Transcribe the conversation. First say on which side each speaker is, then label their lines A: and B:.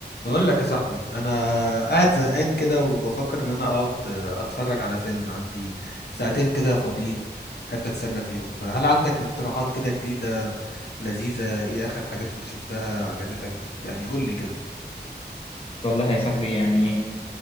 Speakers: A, on the left; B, on the left.
A: بقول لك يا صاحبي انا قاعد زهقان كده وبفكر ان انا اقعد اتفرج على فيلم عندي ساعتين كده فاضيين احب اتسلى فيهم فهل عندك اقتراحات كده جديدة لذيذة ايه اخر حاجات انت شفتها عجبتك يعني قول لي كده
B: والله يا صاحبي يعني